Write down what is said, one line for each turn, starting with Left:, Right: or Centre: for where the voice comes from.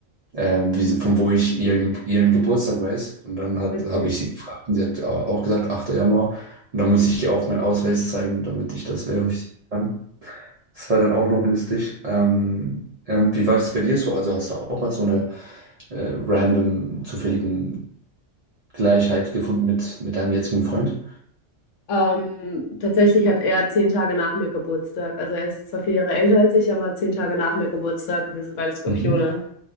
Right: ähm, wie, sie- von wo ich ihren, ihren Geburtstag weiß. Und dann hat,
Left: Witzig.
Right: habe ich sie gefragt und sie hat äh, auch gesagt, 8. Januar. Und dann muss ich ihr auch meinen Ausweis zeigen, damit ich das verifizieren kann. Das war dann auch noch lustig. Ähm, ähm, wie war es bei dir so? Also hast du auch mal so eine äh, random, zufälligen Gleichheit gefunden mit, mit deinem jetzigen Freund?
Left: Ähm, tatsächlich hat er zehn Tage nach mir Geburtstag. Also er ist zwar vier Jahre älter als ich, aber zehn Tage nach mir Geburtstag. Und Wir sind beide Skorpione.
Right: Mhm.